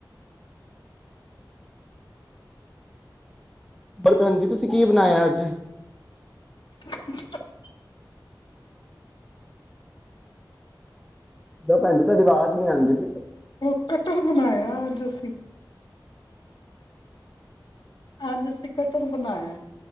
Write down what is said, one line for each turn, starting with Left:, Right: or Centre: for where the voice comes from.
Centre: ਪਰ ਭੈਣ ਜੀ ਤੁਸੀਂ ਕੀ ਬਨਾਇਆ ਅੱਜ
Left: <inaudible>
Centre: ਭ ਭੈਣਜੀ ਤੁਹਾਡੀ ਵਾਜ਼ ਨਹੀਂ ਆਂਦੀ ਪੲ
Left: ਉਹ ਕਟਹਲ ਬਨਾਇਆ ਅੱਜ ਅਸੀਂ ਅੱਜ ਅਸੀਂ ਕਟਹਲ ਬਨਾਇਆ